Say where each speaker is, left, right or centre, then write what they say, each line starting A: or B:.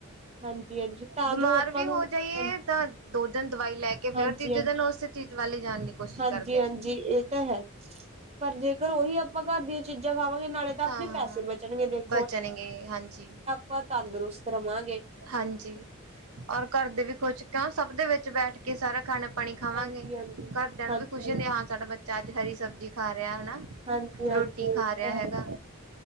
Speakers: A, on the right; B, on the right.
A: ਹਾਂਜੀ- ਹਾਂਜੀ। ਤਾਂ
B: ਬੀਮਾਰ
A: ਜੋ ਆਪਾਂ
B: ਵੀ
A: ਨੂੰ
B: ਹੋ ਜਾਈਏ
A: ਹਾਂਜੀ
B: ਤਾਂ। ਦੋ ਦਿਨ ਦਵਾਈ ਲੈ ਕੇ
A: ਹਾਂਜੀ
B: ਫੇਰ ਤੀਜੇ
A: ਹਾਂਜੀ
B: ਦਿਨ ਓਸ ਚੀਜ ਵਾਲ ਈ, ਜਾਨ ਦੀ ਕੋਸ਼ਿਸ਼
A: ਹਾਂਜੀ
B: ਕਾਰਦੇ ਆਂ।
A: ਹਾਂਜੀ ਇਹ ਤਾਂ ਹੈ ਪਰ ਜੇਕਰ ਓਹੀ ਅਪਾਂ ਘਾਰ ਦੀਆਂ ਚੀਜਾਂ ਖਾਵਾਂਗੇ। ਨਾਲੇ ਤਾਂ
B: ਹਾਂ
A: ਅਪਣੇ ਪੈਸੇ ਬਚਣਗੇ ਦੇਖ
B: ਬਚਣਗੇ ਹਾਂਜੀ।
A: ਅਪਾਂ ਤੰਦਰੁਸਤ ਰਵਾਂਗੇ।
B: ਹਾਂਜੀ, ਔਰ ਘਰ ਦੇ ਵੀ ਖੁਸ਼ ਕਿਉਂ ਸਬ ਦੇ ਵਿਚ ਬੈਠ ਕੇ ਸਾਰਾ ਖਾਣਾ ਪਾਣੀ ਖਾਵਾਂਗੇ,
A: ਹਾਂਜੀ ਹਾਂਜੀ
B: ਘਾਰਦੇਆਂ
A: ਹਾਂਜੀ
B: ਨੂੰ ਵੀ ਖੁਸ਼ੀ ਹੁੰਦੀ ਆ। ਹਾਂ ਸਾਡਾ ਬੱਚਾ ਆੱਜ ਹਰੀ ਸਬਜੀ ਖਾ ਰੇਆ। ਹਣਾ,
A: ਹਾਂਜੀ ਹਾਂਜੀ
B: ਰੋਟੀ
A: ਇਹ
B: ਖਾ ਰੇਆ
A: ਤਾਂ
B: ਹੈਗਾ।
A: ਹੈ